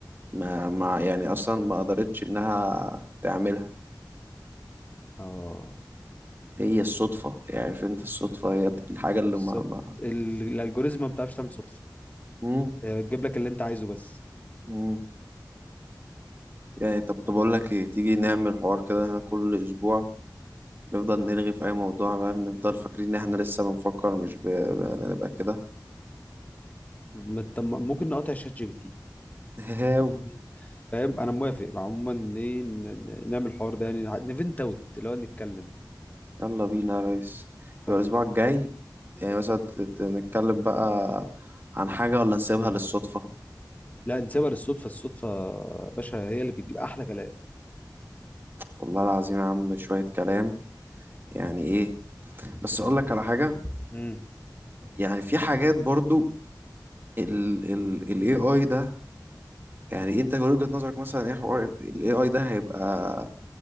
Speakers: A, on the right; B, on the left.
A: ما, ما يعني اصلا ما قدرتش انها تعملها
B: اه
A: هي الصدفة يعني عارف انت الصدفة هي دي الحاجة اللي
B: بالظبط
A: ما ما
B: ال- الالجوريزم ما بتعرفش تعمل صدفه
A: مم.
B: هي بتجيب لك اللي انت عايزه بس
A: مم. يعني طب طب أقول لك إيه تيجي
B: مم.
A: نعمل حوار كده إحنا كل أسبوع نفضل نرغي في أي موضوع بقى نفضل فاكرين إن إحنا لسه بنفكر مش ب... ب- نبقى كده
B: ما انت م- ممكن نقاطع شات جي بي تي
A: هاو
B: <laughs>
A: <laughs>
B: فاهم انا موافق عموما ايه ن- ن- نعمل الحوار ده يعني نفنت اوت اللي هو نتكلم
A: يلا بينا يا ريس
B: مم. خالص
A: يبقى الأسبوع
B: يا
A: الجاي
B: ريس.
A: يعني مثلا ت- ت- نتكلم بقى عن حاجة ولا نسيبها للصدفة
B: لا نسيبها للصدفه الصدفه يا باشا هي اللي بتجيب احلى كلام
A: والله العظيم يا عم شوية كلام يعني إيه بس أقول لك على حاجة
B: مم.
A: يعني في حاجات برضو ال ال ال AI ده يعني أنت من وجهة نظرك مثلا إيه حوار ال AI ده هيبقى